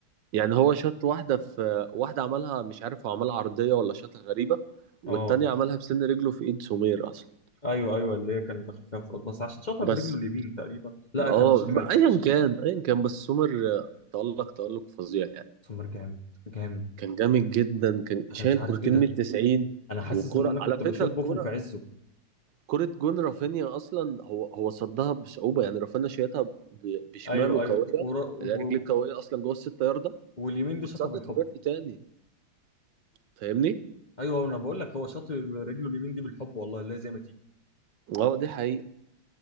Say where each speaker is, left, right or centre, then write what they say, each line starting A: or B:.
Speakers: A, on the right; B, on the left.
A: يعني هو شاط واحدة في واحدة عملها مش عارف هو عملها عرضية ولا شاطها غريبة والتانية
B: اه
A: عملها بسن رجله في ايد سومير اصلا
B: ايوه ايوه اللي هي كان داخل فيها انفراد بس عشان شاطها برجله
A: بس
B: اليمين تقريبا لا
A: اه
B: كان بالشمال كان
A: ايا
B: بالشمال
A: كان ايا كان بس سومير تألق تألق فظيع يعني
B: سمر جامد جامد
A: كان جامد جدا كان شايل
B: انا مش عارف
A: كورتين
B: ايه ده
A: من التسعين
B: انا حاسس
A: وكرة
B: ان انا كنت
A: على فكرة
B: بشوف
A: الكرة
B: بوفون في عزه
A: كرة جون رافينيا اصلا هو هو صدها بصعوبة يعني رافينيا شايتها ب- بشماله
B: ايوه ايوه
A: قوية
B: ورا و...
A: اللي هي رجليه قوية اصلا جوه الستة ياردة
B: واليمين دي
A: واتصدت
B: شاطها بالحب
A: وجات لي تاني فاهمني؟
B: ايوه انا بقول لك هو شاط رجله اليمين دي بالحب والله لا زي ما تيجي
A: اه دي حقيقة